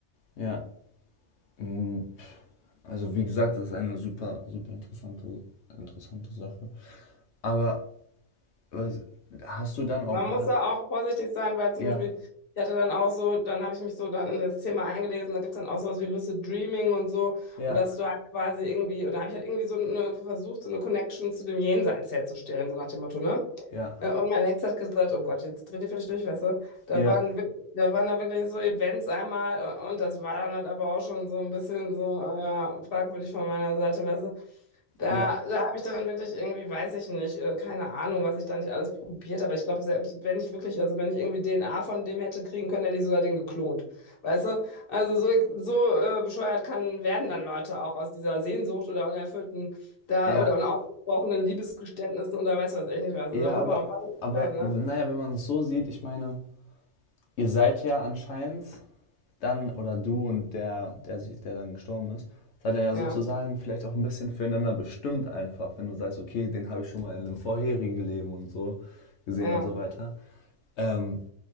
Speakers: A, on the left (about 70°); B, on the left (about 50°).
A: ja. Mm, Also wie gesagt, das ist eine super, super interessante, interessante Sache. Aber was, hast du dann auch...
B: Man muss
A: ah,
B: da auch vorsichtig sein, weil zum
A: Ja,
B: Beispiel, ich hatte dann auch so, dann habe ich mich so dann in das Thema eingelesen, da gibt es dann auch sowas wie Lucid Dreaming und so,
A: ja,
B: und dass du halt quasi irgendwie, oder habe ich halt irgendwie so eine, versucht, so eine Connection zu dem Jenseits herzustellen, so nach dem Motto, ne?
A: ja,
B: Äh, Und mein Ex hat gesagt, oh Gott, jetzt dreht ihr völlig durch, weißt du? Da
A: ja,
B: waren, wirk- da waren da wirklich so Events einmal äh, und das war dann halt aber auch schon so ein bisschen so, äh, ja, fragwürdig von meiner Seite, weißt du? Da,
A: ja.
B: da habe ich dann wirklich irgendwie, weiß ich nicht, äh, keine Ahnung, was ich da nicht alles probiert habe. Ich glaube, selbst wenn ich wirklich, also wenn ich irgendwie DNA von dem hätte kriegen können, hätte ich sogar den geklont. Weißt du? Also so, so äh, bescheuert kann, werden dann Leute auch aus dieser Sehnsucht oder unerfüllten da
A: Ja.
B: oder unausgesprochenen Liebesgeständnissen oder weiß was ich nicht was.
A: Ja,
B: Also da muss
A: aber,
B: man auch vorsichtig
A: aber
B: sein, ne?
A: naja, wenn man es so sieht, ich meine, ihr seid ja anscheinend dann, oder du und der, der sich, der dann gestorben ist, seid ihr ja
B: Ja,
A: sozusagen vielleicht auch ein bisschen füreinander bestimmt einfach, wenn du sagst, okay, den habe ich schon mal in einem vorherigen Leben und so gesehen
B: ja.
A: und so weiter. Ähm,